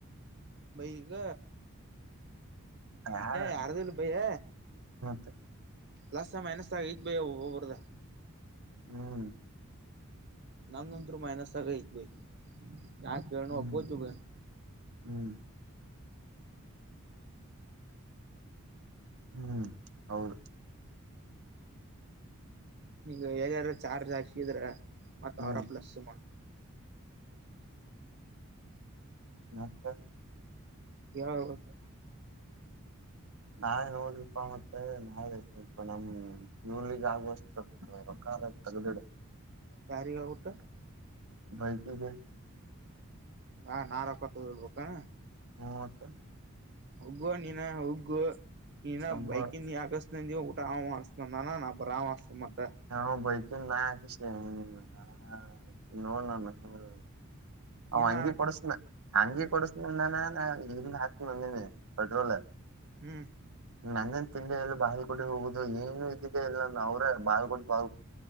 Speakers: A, on the right (about 50°); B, on the right (about 80°).
A: ಬೈ ಈಗ
B: ಯಾರ
A: ಯಾರದೂ ಇಲ್ಲ ಬೈಯ
B: <inaudible>
A: ಪ್ಲಸ್ ಮೈನಸ್ ಆಗೈತೆ ಬೈ ಒಬ್ಬರದು
B: ಹ್ಮ್
A: ನಮ್ಮೂದಂತೂ ಮೈನಸ್ ಆಗೈತೆ ಬೈ ಯಾಕ್ ಹೇಳನ
B: ಹ್ಮ್
A: ಬೈ ಒಪ್ಪೋಕೊಬೇಕು
B: ಹ್ಮ್ ಹ್ಮ್ ಹೌದು
A: ಈಗ ಎಲ್ಲಾರೂ ಚರ್ಚ್ ಹಾಕಿದ್ರೆ ಮತ್ತ
B: ಹ್ಮ್
A: ಅವ್ರೆ ಪ್ಲಸ್ ಮಾಡಿ
B: ಮತ್ತೆ
A: ಕೇಳಬೇಕು
B: ನಾವೇ ನೋಡ್ರಪಾ ಮತ್ತೆ ನಾವೆ ಸ್ವಲ್ಪ ನಮ್ ಇವ್ರಿಗೆ ಆಗುವಷ್ಟು ರೊಕ್ಕ ಹಾ
A: ಯಾರಿಗೇ ಹೇಳಿಬಿಟ್ಟು
B: ಬೈಕಿಗೆ
A: ಹಾ ರೊಕ್ಕ ಕೊಡಬೇಕಾ
B: ಹು ಮತ್ತೆ
A: ಹೊಗ್ಗೊ ನೀನ ಹೊಗ್ಗು ನೀನ
B: ಶಂಬರ್
A: ಬೈಕಿಂದ ಯಾಕಷ್ಟ <unintelligible> ಊಟ ಆ ಅಸ್ ನಾ ಬ್ರಾಮ ಸುಮಂ <unintelligible>
B: ಹಾ ಬಕ ನಾ ನ <unintelligible>
A: ನೀನ
B: ಅಂಗಿ ಕೊಡಸನ ಅಂಗಿ ಕೊಡಸ್ಮನ ನಾನಿ <unintelligible> <unintelligible> ಪಟ್ರೋಲ್ಲ
A: ಹ್ಮ್
B: ನಂದ ತಿ <unintelligible> ಎಲ್ಲಿ ಬಾಳ್ಕಟ್ಟ ಹೋಗುದು ಏನು ಇದ್ದಿದೆ ಎಲ್ಲ ಅವ್ರ ಬಾಳ್ಕಟ್ಟು ಬಾ